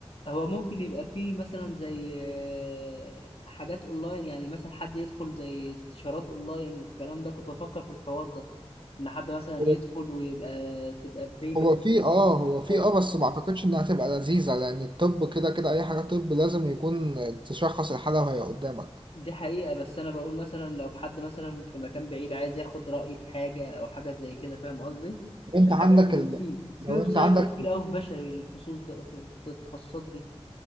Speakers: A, on the left; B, on the right.
A: هو ممكن يبقى فيه مثلا زي آه، حاجات اونلاين يعني مثلا حد يدخل زي استشارات اونلاين والكلام ده كنت بفكر في الحوار ده ان حد مثلا
B: هو
A: يدخل ويبقى تبقى بيمنت
B: هو في اه هو في
A: اه
B: اه بس ما اعتقدش انها هتبقى لذيذة لان الطب كده كده اي حاجة طب لازم يكون تشخص الحالة وهي قدامك
A: دي حقيقة بس انا بقول مثلا لو حد مثلا في مكان بعيد عايز ياخد رأيي في حاجة او حاجة زي كده فاهم قصدي
B: لو انت
A: الحاجات
B: عندك
A: دي
B: ال...
A: بتفيد
B: لو
A: في ويب
B: انت
A: سايتس
B: عندك
A: كتير قوي في بشري للخصوص ده في التخصصات دي